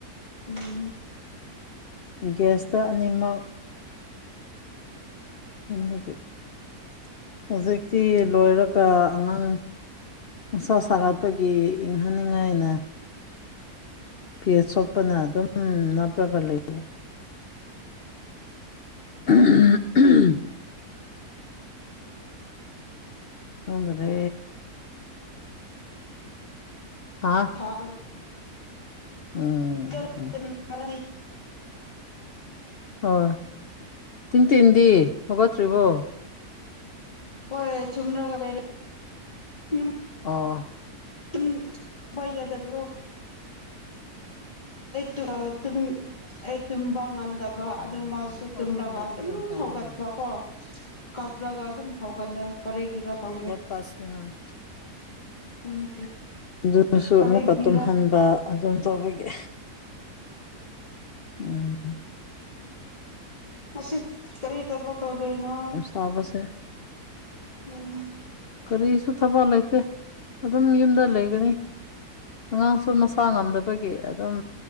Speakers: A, on the left; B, on the left.
A: ꯎꯝ
B: ꯒꯦꯁꯇ ꯑꯅꯤꯃꯛ ꯃꯒ <unintelligible> ꯍꯧꯖꯤꯛꯇꯤ ꯂꯣꯏꯔꯛ ꯀ ꯑꯉꯥꯡ ꯃꯁꯥ ꯁꯥꯒꯠꯄꯒꯤ ꯏꯪꯍꯟꯅꯤꯡꯉꯥꯏꯅ ꯐꯤ ꯑꯆꫭꯠꯄꯅ ꯑꯗꯨꯝ ꯅꯞꯂꯒ ꯂꯩ ꯎꯝ <unintelligible> ꯈꯪꯗ꯭ꯔꯦ ꯍꯥ
A: ꯐꯔ
B: ꯎꯝ
A: <unintelligible>
B: ꯎꯝ
A: <unintelligible>
B: ꯍꯣꯏ ꯇꯤꯟ ꯇꯤꯟꯗꯤ ꯍꯧꯒꯠꯇ꯭ꯔꯤꯕꯣ
A: ꯍꯣꯏ ꯊꯨꯝꯅꯒ ꯂꯩꯔ ꯎꯝ <unintelligible>
B: ꯑꯣ
A: ꯇꯝꯕ ꯌꯥꯗꯕ꯭ꯔꯣ ꯑꯩ ꯑ <unintelligible> ꯇꯨꯝꯕꯉꯝꯗꯕ ꯕ
B: ꯑꯥ
A: ꯑꯗꯨ ꯑꯗꯨꯃꯁꯨ
B: ꯍꯧꯖꯤꯛꯐꯥꯎ
A: ꯇꯨꯝꯂꯒ
B: ꯇꯨꯝꯗ꯭ꯔꯗꯤ
A: ꯑꯗꯨꯝ
B: ꯌꯥꯝ ꯐꯔꯤꯅꯦ
A: ꯍꯧꯒꯠꯄ ꯀꯣ ꯀꯥꯞꯂꯒ ꯑꯗꯨꯝ ꯍꯧꯒꯜꯂꯦ ꯀꯔꯤꯒꯤꯔꯥ ꯈꯪꯗꯦ
B: ꯄꯁꯤꯅ
A: ꯎꯝ
B: ꯑꯗꯨꯅꯁꯨ
A: ꯀꯔꯤꯒꯤꯔ
B: ꯑꯃꯨꯛꯀ ꯇꯨꯝꯍꯟꯕ ꯑꯗꯨꯝ ꯇꯧꯕꯒꯤ ꯎꯝ
A: ꯃꯁꯨꯠ <unintelligible> ꯀꯔꯤ ꯇꯕꯛ ꯇꯧꯗꫭꯏꯅꯣ
B: ꯄꯥꯕꯁꯦ
A: ꯎꯝ
B: ꯀꯔꯤꯁꯨ ꯊꯕꯛ ꯂꯩꯇꯦ ꯑꯗꯨꯝ ꯌꯨꯝꯗ ꯂꯩꯒꯅꯤ ꯑꯉꯥꯡ ꯁ꯭ꯀꯨꯜ ꯃꯁꯥ ꯉꯝꯗꯕꯒꯤ ꯑꯗꯨꯝ